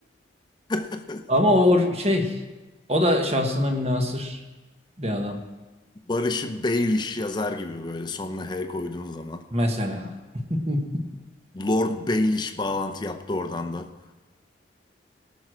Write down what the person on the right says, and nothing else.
Ama o, o şey o da şahsına münhasır bir adam
mesela. <laughs>